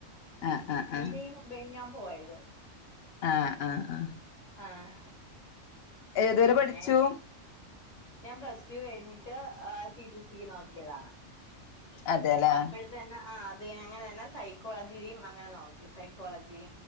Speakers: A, on the left; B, on the left.
A: ആഹ് ആഹ്
B: ഫില്ലെയും
A: ആഹ്
B: മുമ്പേണ് ഞാൻ പോയത്.
A: ആഹ് ആഹ് ആഹ്
B: ആഹ്
A: ഏതുവരെ
B: പിന്നെ
A: പഠിച്ചു?
B: ഞാൻ പ്ലസ് ടു കഴിഞ്ഞിട്ട്, ആഹ് ടി ടി സിക്ക് നോക്കിയതാണ്,
A: അതെല്ലേ
B: അപ്പഴ് അന്നെ ആഹ് അത് ഞാൻ അങ്ങനെ തന്നെ സൈക്കോളജി <unintelligible> അങ്ങനെ നോക്കി, സൈക്കോളജി